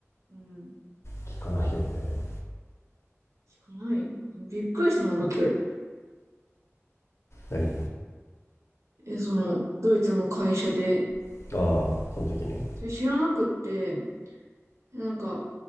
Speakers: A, on the right; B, on the left.
A: うん。
B: 聞かないよね。
A: 聞かないよ。びっくりしたもんだって。
B: 何に
A: え、その、ドイツの会社で。
B: ああ、その時ね。
A: それ知らなくって、なんか、